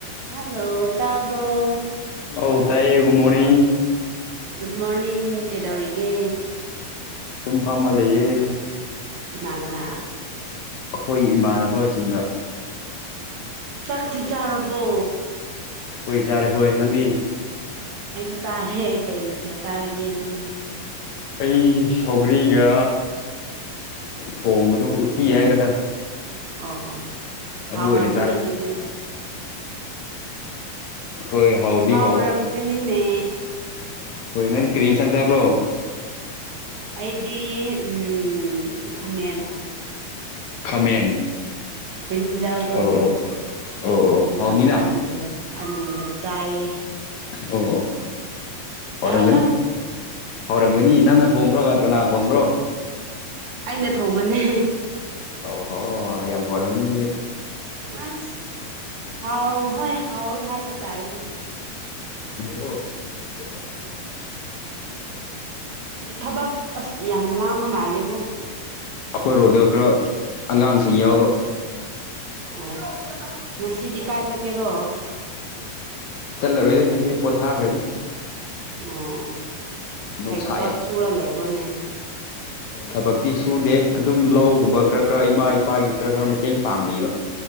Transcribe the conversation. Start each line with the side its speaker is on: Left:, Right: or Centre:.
Right: hello ꯇꯥꯕ꯭ꯔꯣ
Left: hello ꯇꯌꯦ ꯨ ꯃꯣꯅꯤꯡ
Right: ꯒꯨꯗ ꯃꯣꯔꯅꯤꯡ ꯀꯩꯗꯧꯔꯤꯒꯦ
Left: ꯐꯝꯕ ꯂꯩꯌꯦ
Right: ꯀꯃ ꯀꯅꯥ
Left: ꯑꯩꯈꯣꯏ ꯏꯃꯥꯟꯅꯕꯁꯤꯡꯗ
Right: ꯆꯥꯛꯛꯇꯤ ꯆꯥꯔꯔꯕꯣ
Left: ꯍꯣꯏ ꯆꯥꯔꯦ ꯍꯣꯏ ꯅꯪꯗꯤ
Right: ꯑꯩꯁꯨ ꯆꯥꯔꯦ ꯀꯩ ꯃꯊꯦꯜ ꯆꯥꯔꯒꯦ ꯅꯪꯒꯤ
Left: ꯑꯩ ꯁꯧꯒ꯭ꯔꯤꯒ ꯊꯣꯡꯕꯗꯨ ꯎꯇꯤ ꯍꯥꯏꯒꯗ
Right: ꯑꯣ ꯑꯣ
Left: ꯑꯗꯨ
Right: ꯍꯥꯎꯔꯝꯅꯤꯅꯦ
Left: ꯑꯣꯏꯅ ꯆꯥꯔꯦ
Right: ꯑꯗꯨꯗꯤ
Left: ꯍꯣꯏ ꯍꯥꯎꯗꯤ
Right: ꯍꯥꯎꯔꯝꯒꯅꯤꯅꯦ
Left: ꯍꯥꯎ ꯍꯣꯏ ꯅꯪ ꯀꯔꯤ ꯆꯪ ꯆꯥꯕ꯭ꯔꯣ
Right: ꯑꯩꯗꯤ ꯎꯝ ꯈꯥꯃꯦꯟ
Left: ꯈꯥꯃꯦꯟ
Right: ꯕ꯭ꯔꯤꯟꯖꯜꯗꯣ
Left: ꯑꯣ ꯑꯣ ꯑꯣ
Right: ꯑꯗꯨꯒ
Left: ꯍꯥꯎꯅꯤꯅ
Right: ꯑꯂꯨꯒ ꯑꯂꯨꯒ ꯆꯥꯏꯌꯦ
Left: ꯑꯣ ꯍꯧꯥꯎꯔꯝꯒꯅꯤ
Right: ꯀꯩ ꯍꯥꯏꯕ
Left: ꯍꯧꯥꯎꯔꯝꯒꯅꯤ ꯅꯪꯅ ꯊꯣꯡꯕ꯭ꯔꯣ ꯀꯅꯥ ꯊꯣꯡꯕ꯭ꯔꯣ
Right: ꯑꯩꯅ ꯊꯣꯡꯃꯅꯦ
Left: ꯑꯣ ꯍꯣꯏ ꯌꯥꯝ ꯍꯣꯏꯔꯕꯅꯤ ꯑꯗꯨꯗꯤ
Right: ꯑꯁ ꯍꯥꯎ ꯍꯣꯏ ꯍꯥꯎꯋꯦ ꯍꯥꯏꯕ ꯇꯥꯔꯦꯅꯦ
Left: ꯑꯣ ꯎ
Right: ꯊꯕꯛ ꯑꯁ ꯌꯥꯝ ꯂꯥꯡꯕ ꯃꯥꯜꯂꯦꯀꯣ
Left: ꯑꯩꯈꯣꯏꯔꯣꯝꯗ ꯈꯔ ꯑꯉꯥꯡꯁꯤꯡ ꯌꯥꯎꯕ
Right: ꯑꯣ ꯉꯁꯤꯗꯤ ꯀꯥꯏ ꯁꯀꯦꯔꯣ
Left: ꯆꯠꯂꯔꯣꯏꯗ ꯉꯁꯤꯗꯤ ꯄꯣꯠ ꯊꯥꯈ꯭ꯔꯅꯤ
Right: ꯑꯣ ꯑꯣ
Left: ꯅꯨꯡꯁꯥ
Right: ꯑꯩ ꯊꯕꯛ ꯁꯨꯔ ꯂꯩꯕ꯭ꯔꯣꯅꯦ
Left: ꯊꯕꯛꯗꯤ ꯁꯨ ꯗꯦ ꯑꯗꯨꯝ ꯂꯧꯒꯨꯝꯕ ꯈꯔ ꯈꯔ ꯏꯃꯥ ꯏꯄꯥꯒꯤ ꯈꯔ ꯈꯔ ꯃꯇꯦꯡ ꯄꯥꯡꯕꯤꯕ